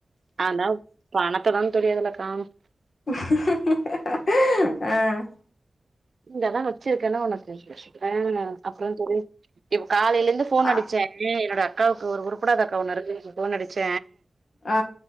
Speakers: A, on the right (about 55°); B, on the left (about 75°).
A: அதான் பணத்த தா தோழி அதுல காணும்
B: ஆ
A: இங்கதா வச்சிருக்கேன்னு உனக்கு இருக்கு அப்புறம் தோழி இப்ப காலையில இருந்து போன் அடிச்ச
B: அ
A: ஏ என்னோட அக்காவுக்கு ஒரு உருப்படாத அக்கா ஒண்ணு இருக்குனு சொல் போன் அடிச்ச
B: ஆ